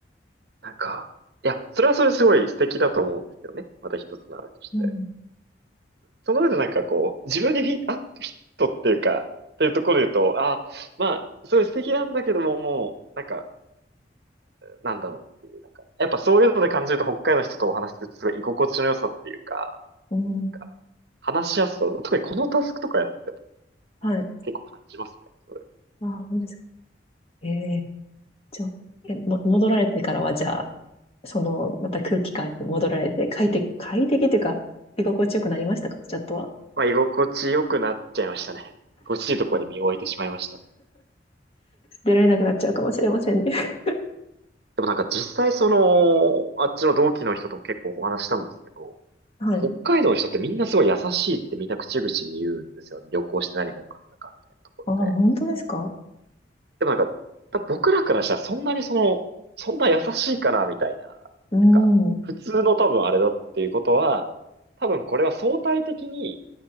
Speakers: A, on the right; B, on the left.
A: なんか、いや、それはそれすごい素敵だと思うんですよね。また一つのあれとして。
B: うん、
A: その上でなんかこう、自分にフィット、あ、フィットっていうか、っていうところで言うと、あ、まあ、すごい素敵なんだけども、もう、なんか、なんだろう。やっぱそういうので感じると北海道の人とお話しするとすごい居心地の良さっていうか、
B: うん、
A: なんか話しやすさ、特にこのタスクとかやってても
B: はい。
A: 結構感じますね。それ
B: あほんですか。ええじゃあ、え、も、戻られてからは、じゃあ、その、また空気感に戻られて、快適、快適というか、居心地よくなりましたかちょっとは。
A: まあ、居心地良くなっちゃいましたね。居心地いいところに身を置いてしまいました。
B: 出られなくなっちゃうかもしれませんね。
A: でもなんか実際その、あっちの同期の人とも結構お話したんですけど、
B: <laughs> はい。
A: 北海道の人ってみんなすごい優しいってみんな口々に言うんですよ。旅行して何が良かったかみたいなところで。
B: ああ、本当ですか
A: でもなんか、多分僕らからしたらそんなにその、そんな優しいかなみたいな。
B: う
A: なんか、
B: ん。
A: 普通の多分あれだっていうことは、多分これは相対的に、